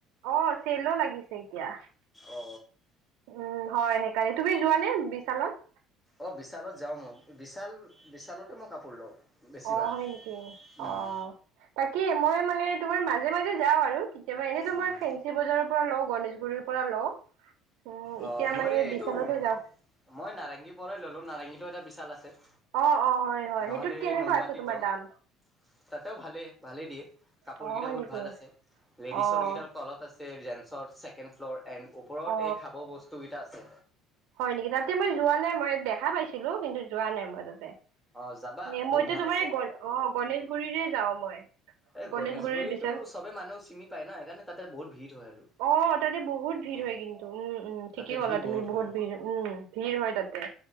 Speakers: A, on the right; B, in the centre.
A: অ চেলো লাগিছে এতিয়া।
B: অ
A: উম হয় সেইকাৰণে তুমি যোৱানে বিশালত
B: অঁ বিশালত যাওঁ মই বিশাল বিশালতে মই কাপোৰ লওঁ বেছিভাগ।
A: অ হয় নেকি অ
B: উম
A: তাকেই মই মানে তোমাৰ মাজে মাজে যাওঁ আৰু কেতিা এনেইতো
B: উম
A: মই ফেঞ্চি বজাৰৰ পৰা লওঁ গণেশগুৰিৰ পৰা লওঁ উম,
B: অ
A: এতিয়া
B: মোৰ
A: মানে
B: এই এইটো
A: বিশালতো
B: মই
A: যাওঁ।
B: নাৰেংগীৰ পৰাই ললো নাৰেংগীতটো এটা বিশাল আছে। <unintelligible>
A: অ অ হয় হয়
B: নহ'লে
A: সেইটোত কেনেকুৱা
B: নুনমাটিত
A: আছে তোমাৰ
B: যাওঁ।
A: দাম
B: তাতেও ভালেই ভালেই দিয়ে কাপোৰ
A: অ',
B: কেইটা
A: হয়
B: বহুত
A: নেকি?
B: ভাল আছে লেডিছৰ
A: অ',
B: কেইটা তলত আছে। জেন্ছৰ ছেকেণ্ড ফ্ল'ৰ এণ্ড ওপৰত
A: অ'।
B: এক বস্তুকেইটা আছে।
A: হয় নেকি তাতে মই যোৱালে মই দেখা পাইছিলো কিন্তু যোৱা নাই মই তাতে
B: অঁ যাবা
A: এ
B: বহুত
A: মইতো
B: ভাল
A: তোমাৰ
B: আছে।
A: এই গ অ গণেশগুৰিৰে যাও মই
B: এই
A: গণেশগুৰিৰ
B: গণেশগুৰিতো
A: বিশাল
B: চবে মানুহ চিনি পায় ন সেইকাৰণ তাতে বহুত ভিৰ হয় আৰু।
A: অ তাতে বহুত ভিৰ
B: অঁ
A: হয় কিন্তু উম উম ঠিকেই
B: তাতে
A: গ'লা
B: ভিৰ
A: তুমি বহুত
B: হয়।
A: ভিৰ উম ভিৰ হয় তাতে